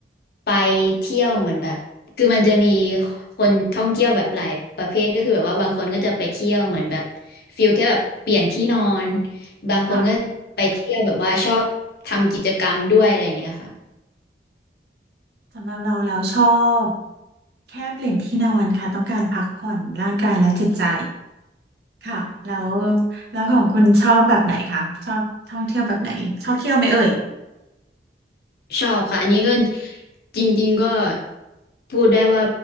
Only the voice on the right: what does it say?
ค่ะสำหรับเราแล้วชอบแค่เปลี่ยนที่นอนค่ะต้องการพักผ่อนร่างกายและจิตใจค่ะแล้วแล้วของคุณชอบแบบไหนคะชอบท่องเที่ยวแบบไหนชอบเที่ยวไหมเอ่ย